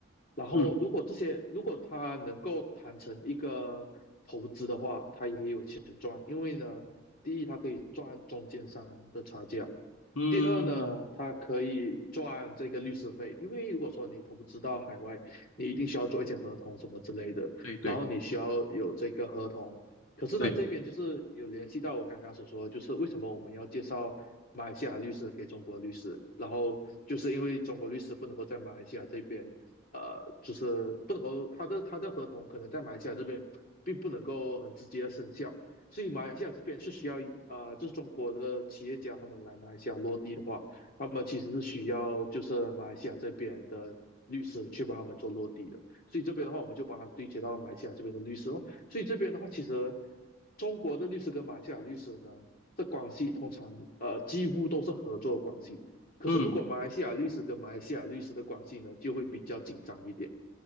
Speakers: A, on the left; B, on the left.
A: 然后如果这些如果他能够谈成一个投资的话，
B: 嗯
A: 他也有钱赚，因为呢，第一他可以赚中间商的差价。
B: 嗯，
A: 第二呢，他可以赚这个律师费，因为如果说你投资到海外，你一定需要做一些合同什么之类的，
B: 对对
A: 然后你需要有这个合同。可是呢，
B: 对，
A: 这边就是有联系到我刚刚所说的就是为什么我们要介绍马来西亚律师给中国律师，然后就是因为中国律师不能够在马来西亚这边，呃，就是不能够他的他的合同可能在马来西亚这边并不能够很直接的生效，所以马来西亚这边是需要啊、呃就是中国的企业家他们来马来西亚落地的话，他们其实是需要就是马来西亚这边的律师去帮他们做落地的。所以这边的话，我们就帮他们对接到马来西亚这边的律师咯。所以这边的话，其实中国的律师跟马来西亚律师呢，这关系通常呃几乎都是合作的关系。可是如果马来西亚律师跟马来西亚律师的关系呢，
B: 嗯，
A: 就会比较紧张一点。